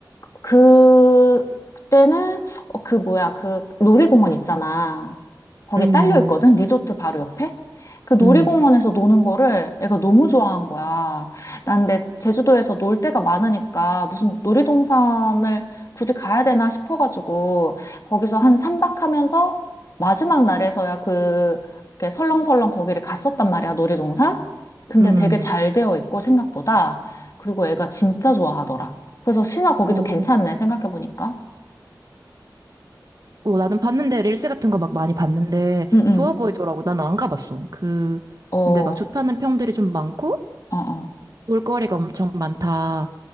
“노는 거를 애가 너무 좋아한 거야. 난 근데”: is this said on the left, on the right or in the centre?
Left